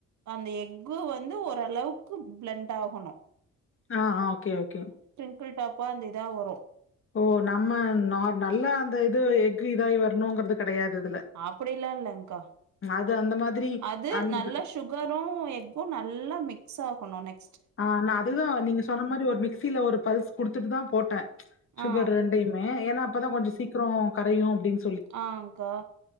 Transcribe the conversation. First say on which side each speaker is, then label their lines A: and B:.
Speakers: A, on the right (about 70°); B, on the left (about 45°).
A: அந்த எக்கு வந்து ஓரளவுக்கு பிளண்டாகனு
B: ஆ ஓகே ஓகே
A: ஃபுல் டாப்பா அந்த இதா வரும்
B: ஓ நம்ம ந நல்லா அந்த இது எக் இதாயி வரணுங்கறது கெடையாது இதுல
A: அப்படிலாம் இல்லன்கா
B: அது அந்த மாதிரி
A: அது
B: அந்த
A: நல்லா சுகரும் எக்கும் நல்லா மிக்ஸ் ஆக் <inaudible>
B: ஆஹ் நான் அதுதான் நீங்க சொன்ன மாதிரி ஒரு மிக்சியில ஒரு பல்ஸ் குடுத்துட்டு தான் போட்டேன் சுகர்
A: ஆ
B: ரெண்டயுமே ஏன்னா அப்பதான் கொஞ்சம் சீக்கிரம் கரையும் அப்டின்னு
A: ஆன் கா